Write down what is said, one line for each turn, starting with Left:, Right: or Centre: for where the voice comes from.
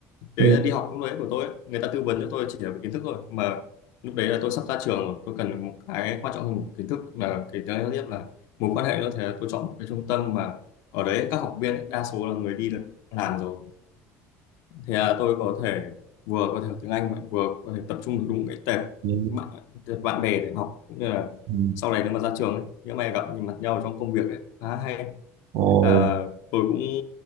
Left: Thế
Right: Ừ.
Left: là đi học lúc đấy của tôi ấy, người ta tư vấn cho tôi chỉ là về kiến thức thôi mà lúc đấy là tôi sắp ra trường rồi tôi cần một cái quan trọng hơn một kiến thức là cái thứ tiếp là mối quan hệ nữa thế là tôi chọn một cái trung tâm mà ở đấy các học viên ấy, đa số là người đi là- làm rồi thế là tôi có thể vừa có thể học tiếng Anh mà vừa có thể tập trung được đúng cái tệp
Right: ừ,
Left: bạn tệp bạn bè để học cũng như là
Right: ừ,
Left: sau này nếu mà ra trường ấy, nếu mà gặp nhìn mặt nhau trong công việc ấy khá hay
Right: Ồ,
Left: À, tôi cũng